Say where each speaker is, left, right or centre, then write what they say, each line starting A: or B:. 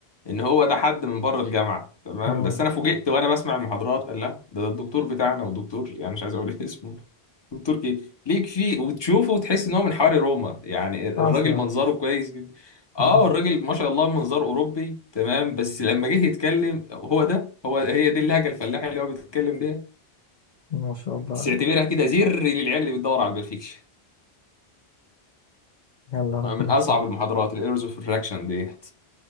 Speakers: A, on the left; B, on the left.
A: ان هو ده حد من بره الجامعه تمام
B: مم.
A: بس انا فوجئت وانا بسمع المحاضرات قال لا ده, ده الدكتور بتاعنا ودكتور يعني مش عايز اقول <laughs> اسمه دكتور كي ليك فيه وتشوفه وتحس ان هو من حواري روما يعني الراجل
B: اصلا
A: منظره كويس جدا
B: مم.
A: اه الراجل ما شاء الله منظره اوروبي تمام بس لما جه يتكلم هو ده هو هي دي اللهجه الفلاحي اللي هو بيتكلم بيها
B: ما شاء الله
A: بس
B: عليك
A: اعتبرها كده زر للعيال اللي بتدور على البرفكشن
B: يلا ربنا
A: من اصعب
B: يسامحك
A: المحاضرات الايرز اوف الراكشن دي